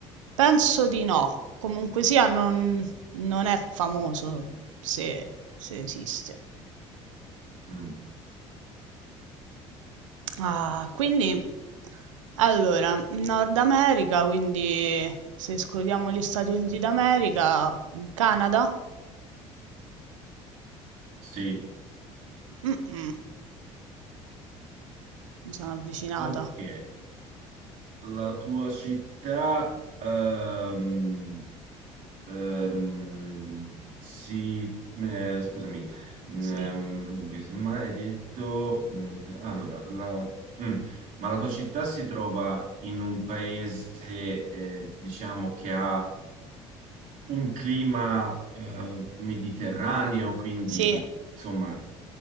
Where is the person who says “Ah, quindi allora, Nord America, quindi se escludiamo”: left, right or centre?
Right